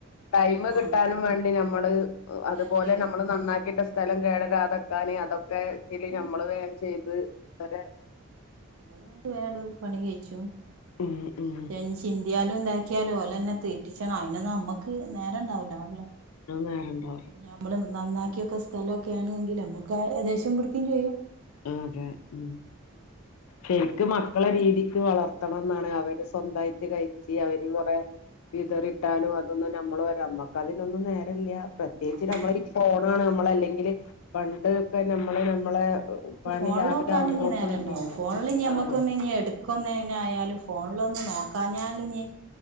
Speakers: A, on the left; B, on the right.
A: ടൈം കിട്ടാനും
B: ആഹ്
A: വേണ്ടി നമ്മള്
B: വേണ്ട്
A: അതുപോലെ നമ്മള് നന്നാക്കിട്ട സ്ഥലം കേടരാത്ക്കാന് അതൊ ഒക്കെ
B: ഒക്കെയാണ്
A: ഇതില് നമ്മള് വേഗം ചെയ്ത് അവര
B: നമ്മളങ്ങട്ട് വേഗടും പണി കഴിച്ചും
A: ഉം ഉം
B: ഫെനിഷ് ചിന്തിയാലും ഇതാക്കിയാലും ഓലെന്നെ തീറ്റിച്ചണം. അയ്നൊന്ന് നമ്മക്ക് നേരൊണ്ടാവില്ല ല്ലേ?
A: ആന്നെ രണ്ടാറ്
B: ഞമ്മള് നന്നാക്കിയൊക്കെ സ്ഥലോക്കാണേങ്കി നമുക്ക് ദേഷ്യം പിടിക്കേം ചെയ്യും.
A: ആതെ ഉം
B: ഉം
A: ശരിക്കും മക്കള രീതിക്ക് വളർത്തണംന്നാണ്. അവര് സ്വന്തായിട്ട് കഴി ച്ച് അവര്
B: ഉം
A: കൊറേ വിതറിട്ടാലും അതൊന്നു നമ്മള് വെരോ
B: ഉം
A: നമ്മക്കതിനൊന്നും നേരല്ല. പ്രത്യേകിച്ച്
B: നേരം
A: നമ്മളേൽ ഫോണാണ് നമ്മളല്ലെങ്കില് പണ്ടൊക്കെ നമ്മള് നമ്മളെ
B: നമുക്ക്
A: പണി
B: ഫോണിലോക്കാനിനി
A: രാവിലെ ആവുമ്പോക്ക്‌നും
B: നേരംണ്ടാവും. ഫോണില്നി നമുക്കൊന്നിനി
A: ആഹ്
B: എടുക്കുന്നേനിയായാലും ഫോണിലൊന്ന് നോക്കാഞ്ഞാലിനി